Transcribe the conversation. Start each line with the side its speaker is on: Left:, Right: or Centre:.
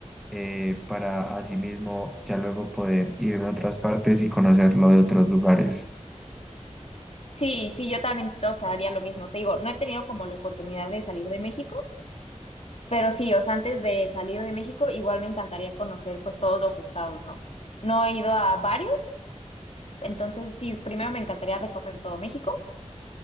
Centre: eh, para asimismo ya luego poder ir a otras partes y conocer lo de otros lugares.
Left: Sí, sí, yo también, o sea, haría lo mismo. Te digo, no he tenido como la oportunidad de salir de México, pero sí, o sea, antes de salir de México, igual me encantaría conocer pues todos los estados, ¿no? No he ido a varios, entonces sí, primero me encantaría recorrer todo México